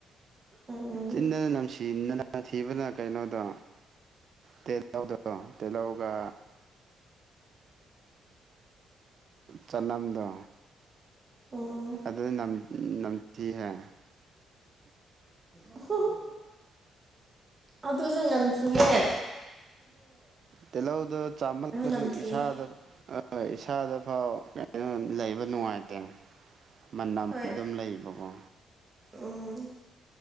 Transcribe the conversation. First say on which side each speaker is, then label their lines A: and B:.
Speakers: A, on the right (about 25°); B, on the right (about 45°).
A: ꯎꯝ
B: ꯆꯤꯗꯅ ꯅꯝꯁꯤꯅ ꯊꯤꯕꯅ ꯀꯩꯅꯣꯗꯣ ꯇꯗ ꯇꯂꯒ ꯆꯅꯥꯝꯗ
A: ꯎꯝ
B: ꯑꯗꯨ ꯅꯝꯊꯤꯍꯦ
A: ꯎ ꯑꯗꯨꯁꯨ ꯅꯝꯊꯤꯑꯦ
B: ꯇꯤꯜꯍꯧꯗ ꯆꯥꯃꯜꯁꯨ
A: ꯅꯝꯊꯤꯌꯦ
B: ꯏꯁꯥꯗ ꯍꯣꯏ ꯏꯁꯥꯗ ꯐꯥꯎ ꯀ ꯂꯩꯕ ꯅꯨꯡꯉꯥꯏꯇꯦ ꯃꯅꯝ
A: ꯍꯣꯏ
B: ꯑꯗꯨꯝ ꯂꯩꯕꯀꯣ
A: ꯎꯝ